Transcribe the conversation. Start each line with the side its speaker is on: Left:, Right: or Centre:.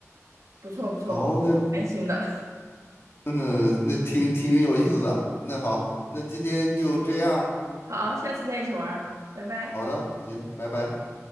Right: 不错不错，
Left: 好，
Right: 我还挺开心的。
Left: 那嗯，那挺挺有意思的。那好，那今天就这样。
Right: 好，下次再一起玩儿，拜拜。
Left: 好的，行，拜拜。